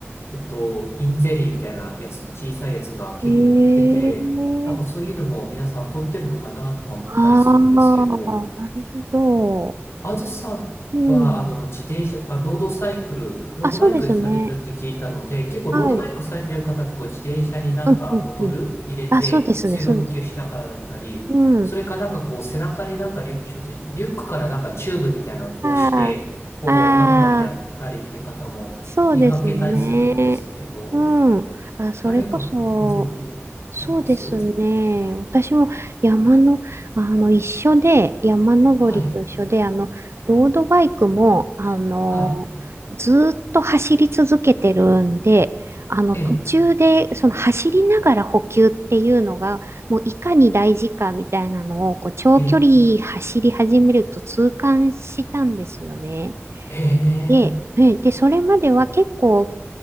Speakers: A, on the left; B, on the right.
A: えっと、インゼリーみたいなやつの小さいやつが結構売ってて、
B: ー、えー、
A: なんかそういうのも皆さん取ってるのかなとか思ったりするんですけど、
B: ああ、なるほど。
A: あずさんは、
B: うん。
A: あの、自転車、あ、ロードサイクル、ロードバイクされてるって聞いたので、
B: あ、そうですね。
A: 結構ロードバイクされてる方ってこう自転車になんかボトル入れて水分補給しながらだったり、
B: はい。うんうんうん。あ、そうですね、そうですね。うん。
A: それかなんかこう背中になんかリュック背負って、リュックからなんかチューブみたいなのを通して、
B: ああ、
A: こう、
B: ああ、
A: のみのみやったりって方も見かけたりするんですけど、
B: そうですね。うん。あ、それこそ、
A: 何か工夫あります
B: そうですね。私も山の、あの、一緒で、山登りと一緒で、
A: はい、
B: あの、ロードバイクも、あの、
A: はい、
B: ずーっと走り続けてるんで、あの、
A: え、
B: 途中で、その走りながら補給っていうのが、もういかに大事かみたいなのを、こう、長距離走り始めると痛感したんですよね。
A: え、ええ、
B: で、ねで、それまでは結構